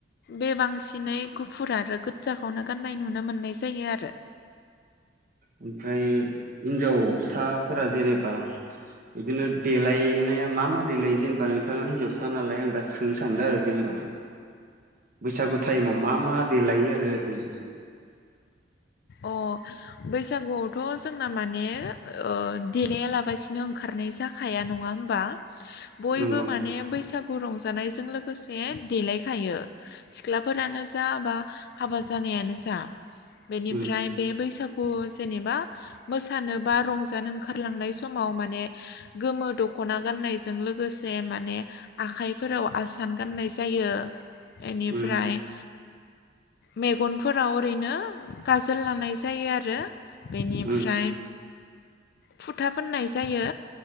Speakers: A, on the left; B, on the right.
A: बे बांसिनै गुफुर आरो गोजाखौनो गाननाय नुनो मोननाय जायो आरो।
B: ओमफ्राय हिन्जावसाफोरा जेनेबा बिदिनो देलायनाया मा मा देलायो जेनेबा नोंथाङा हिनजावसा नालाय आं दा सोंनो सानदो आरो जेनेबा बैसागु टाइमाव मा मा देलायो आरो ओरै
A: अ बैसागुआवथ' जोंना माने ओ देलाया लाबासिनो ओंखारनाय जाखाया नङा होमबा बयबो
B: नंगौ
A: माने बैसागु खौ रंजानायजों लोगोसे देलायखायो सिख्लाफोरानो जा बा हाबा जानायानो जा
B: उम
A: ओमफ्राय बे बैसागु अ जेनेबा मोसानो बा रंजानो ओंखारलांनाय समाव माने गोमो दख'ना गाननायजों लोगोसे जे माने आखाइफोराव आसान गाननाय जायो बेनिफ्राय
B: उम
A: मेगनफोराव ओरैनो काजोल लानाय जायो आरो बेनिफ्राय
B: उम
A: फुथा फोननाय जायो।